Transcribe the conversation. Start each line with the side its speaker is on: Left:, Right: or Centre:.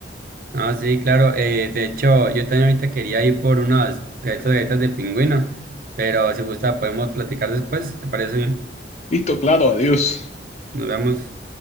Right: Ah, sí, claro. eh, de hecho, yo también ahorita quería ir por unas galletas, galletas de pingüino, pero si gusta podemos platicar después, si te parece bien.
Left: <laughs> Listo, claro, adiós.
Right: Nos vemos.